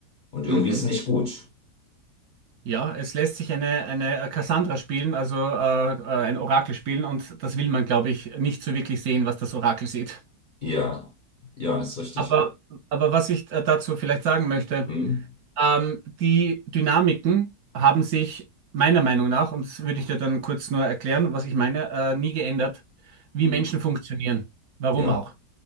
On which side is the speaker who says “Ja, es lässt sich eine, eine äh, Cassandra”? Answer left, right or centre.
Right